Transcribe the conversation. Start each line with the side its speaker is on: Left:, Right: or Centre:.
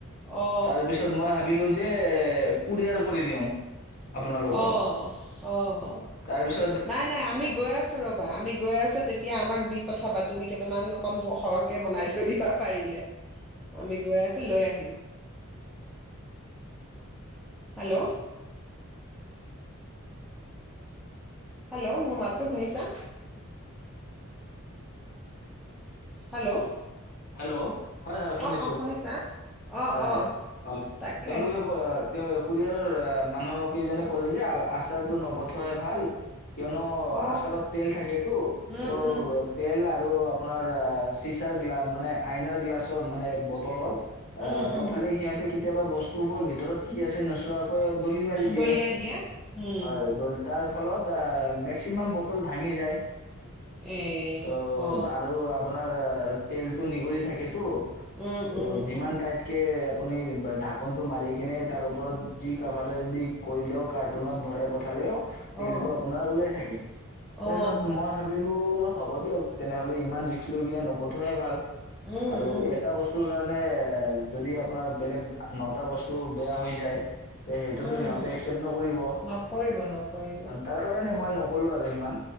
Centre: অ
Left: তাৰ পিছত মই ভাবিলোঁ যে কুৰিয়াৰ কৰি দিওঁ। আপোনালোকক।
Centre: অ', অ',
Left: তাৰপিছত
Centre: নাই, নাই আমি গৈ আছো ৰ'বা আমি গৈ আছো তেতিয়া আমাক দি পঠাবা। তুমি কেইটামান অকনবোৰ সৰহকে বনাই থৈ দিবা পাৰিলে আমি গৈ আছো লৈ আহিম। হেল্ল'? হেল্ল' মোৰ মাতো শুনিছা হেল্ল'।
Left: হেল্ল' হয়, হয় শুনিছো
Centre: অ অ শুনিছা অ
Left: হয়, হয়
Centre: অ তাকে
Left: তেওঁলোকে ক কুৰিয়াৰৰ মানুহ কেইজনে কলে যে, আছোৰটো নপঠুৱাই ভাল। কিয়নো
Centre: অ
Left: আচাৰত তেল থাকেতো
Centre: উম
Left: ত'
Centre: উম
Left: তেল আৰু আপোনাৰ আ চিছাৰ গ্লা নাই আইনাৰ গ্লাছত মানে বটলত অ',
Centre: উম উম
Left: পঠালে
Centre: উম
Left: সিহঁতে কেতিয়াবা বস্তুবোৰ ভিতৰত কি আছে নোচোৱাকৈয়ে দলি মাৰ দিয়ে,
Centre: দলিয়াই উম
Left: হয় দল তাৰ ফলত মেক্সিমাম বটল ভাঙি যায়। অ',
Centre: এ অ
Left: আৰু আপোনাৰ অ তেল টো নিগৰি থাকেতো
Centre: উম
Left: অ
Centre: উম
Left: যিমান
Centre: উম
Left: টাইতকে আপুনি ঢাকনটো মাৰিকনে তাৰ ওপৰত যি কাভাৰেজ দি কৰিলেও কাৰ্টুনত ভৰাই পঠালেও তেলতটো
Centre: অ
Left: আপোনাৰ ওলাই থাকে তাৰপিছত
Centre: অ
Left: মই ভাবিলো হ'ব দিয়ক তেনেহলে ইমান ৰিক্ক লৈ কিনে নপঠুৱাই ভাল
Centre: উম
Left: আৰু
Centre: উম
Left: এটা বস্তু মানে এ যদি আপোনাৰ বেলেগ নটা বস্তু বেয়া হৈ যায় তে সেইটোতো
Centre: উম
Left: সিহঁতে একচেপ্ট নকৰিব
Centre: নকৰিব নকৰিব
Left: তাৰ কাৰণে মই ন কলো আৰু সিমান